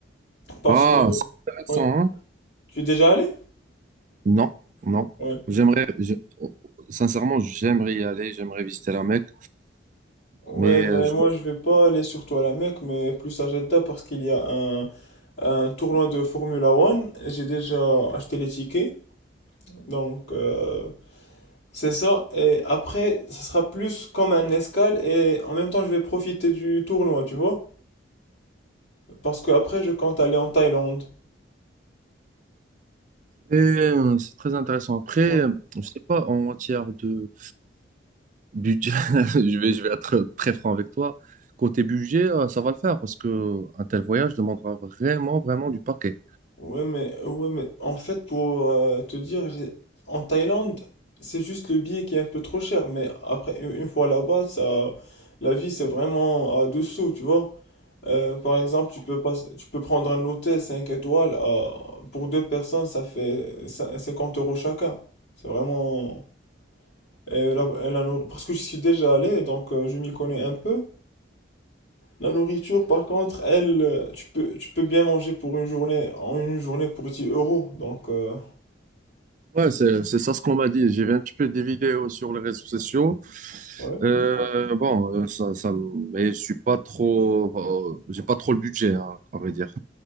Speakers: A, on the left (about 65°); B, on the right (about 40°).
A: parce
B: Ah,
A: que,
B: c'est intéressant,
A: ouais.
B: hein?
A: Tu es déjà allé?
B: Non, non.
A: Ouais.
B: J'aimerais, je- oh, sincèrement, j'aimerais y aller, j'aimerais visiter la Mecque,
A: Ouais,
B: mais
A: mais
B: euh, je
A: moi, je vais pas aller surtout à la Mecque, mais plus à Jeddah parce qu'il y a un, un tournoi de Formula One. J'ai déjà acheté les tickets, donc. euh, C'est ça, et après, ça sera plus comme un escale, et en même temps, je vais profiter du tournoi, tu vois? Parce que après, je compte aller en Thaïlande.
B: Et euh, c'est très intéressant. Après,
A: Ouais.
B: euh, je sais pas, en matière de budget, <laughs> je vais, je vais être très, franc avec toi. Côté budget, euh, ça va le faire parce que un tel voyage demandera vraiment, vraiment du paquet.
A: Ouais, mais, ouais, mais en fait, pour euh, te dire, j'ai- en Thaïlande, c'est juste le billet qui est un peu trop cher, mais après, une une fois là-bas, ça, la vie, c'est vraiment à deux sous, tu vois? Euh, par exemple, tu peux pas, tu peux prendre un hôtel 5 étoiles, à- pour deux personnes, ça fait cin- 50 euros chacun. C'est vraiment. Et la- la nour- parce que j'y suis déjà allé, donc euh, je m'y connais un peu. La nourriture, par contre, elle, euh, tu peux, tu peux bien manger pour une journée, en une journée pour 10 euros. Donc, euh,
B: Ouais, c'est, c'est ça ce qu'on m'a dit. J'ai vu un petit peu des vidéos sur les réseaux sociaux.
A: ouais.
B: Euh, bon, euh, ça, ça, me- mais je suis pas trop, euh, j'ai pas trop le budget, hein, à vrai dire.